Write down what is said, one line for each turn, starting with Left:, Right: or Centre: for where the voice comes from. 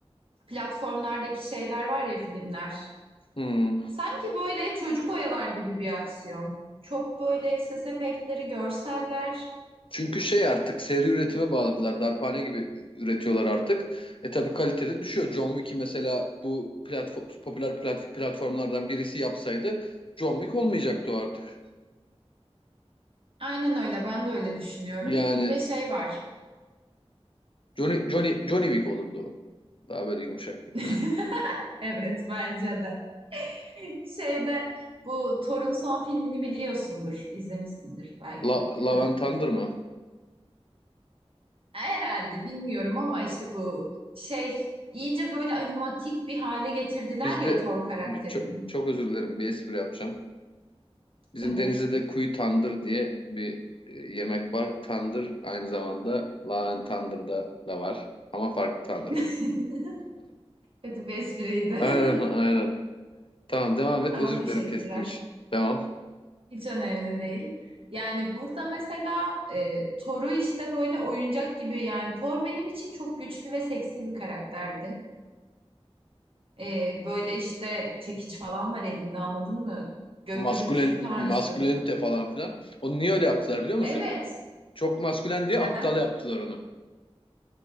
Right: platformlardaki şeyler var ya filmler.
Left: Hmm.
Right: Sanki böyle çocuk oyalar gibi bir aksiyon. Çok böyle ses efektleri, görseller.
Left: Çünkü şey artık seri üretime bağladılar. Darphane gibi üretiyorlar artık. E tabii kalitede düşüyor. John Wick'i mesela bu platform, popüler plat- platformlardan birisi yapsaydı John Wick olmayacaktı o artık.
Right: Aynen öyle. Ben de öyle düşünüyorum.
Left: Yani
Right: Ve şey var.
Left: Johnny, Johnny, Johnny Wick olurdu o. Daha böyle yumuşak. <laughs>
Right: <laughs> Evet, bence de. Şeyde bu Thor'un son filmini biliyorsundur, izlemişsindir belki,
Left: La, Love
Right: değil mi?
Left: and Thunder mı?
Right: E, Herhalde bilmiyorum ama işte bu şey iyice böyle animatik bir hale getirdiler
Left: Bizde
Right: ya Thor karakterini.
Left: bir- çok, çok özür dilerim bir espri yapacağım. Bizim
Right: Tabii.
Left: Denizli'de kuyu tandır diye bir e, yemek var. Tandır aynı zamanda Laven Tandır'da da var. Ama farklı tandır
Right: <laughs>
Left: o.
Right: Kötü bir espriydi.
Left: Aynen aynen.
Right: <laughs>
Left: Tamam devam et.
Right: Ama
Left: Özür
Right: teşekkürler.
Left: dilerim kestiğim için. Devam.
Right: Hiç önemli değil. Yani burada mesela e, Thor'u işte böyle oyuncak gibi yani Thor benim için çok güçlü ve seksi bir karakterdi. E, böyle işte çekiç falan var elinde anladın mı? Gök
Left: Maskülen,
Right: gürültüsü tanrısı.
Left: maskülenite falan filan. Onu niye öyle yaptılar biliyor musun?
Right: Evet.
Left: Çok maskülen diye
Right: Neden?
Left: aptal yaptılar onu.